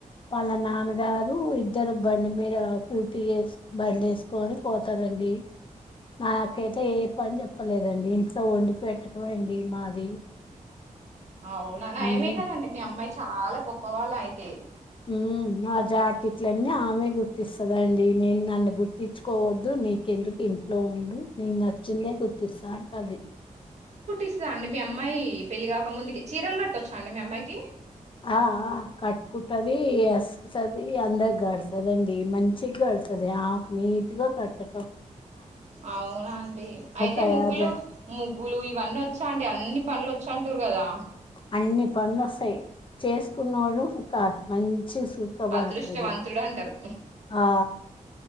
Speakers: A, on the left; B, on the right.
A: వాళ్ళ నాన్నగారు ఇద్దరు బండి మీద కూర్తిే బండి వేసుకొని పోతారండి నాకైతే ఏ పని చెప్పలేదండి ఇంట్లో వండి పెట్టడండండి మాది
B: అవునా నైమే
A: ఉమ్,
B: కదండి మీ అమ్మాయి చాలా గొప్ప వాళ్ళ అయితే
A: మ్ నా జాకెట్లన్నీ ఆమె గుర్తిస్తదండి నేను నన్ను గుర్తించుకోవద్దు నీకెందుకు ఇంట్లో ఉండు న నచ్చ చిన్నగా కూటిస్తా అంటది
B: ఇస్తా అండి మీ అమ్మాయి పెళ్లి కాక ముందు చీరలు కట్ట వచ్చా అండి మీ అమ్మాయికి
A: ఆ ఆ కట్టుకుంటది ఎస్తుకుతుది అందరి గడుతుదండి మంచిగా గడుతుంది ఆకు నీట్గా కట్టడంం
B: అవునండి అయితే
A: తయారు
B: ముగ్గులు
A: చే
B: ముగ్గులు ఇవన్నీ వచ్చా అండి అన్ని పనులు వచ్చ చంటూర్ కదా
A: అన్ని పనులు వస్తాయ్ చేసుకున్నడు ఒక మంచి సుఖపడుతది
B: అదృష్టవంతుడు అంటారు
A: ఆ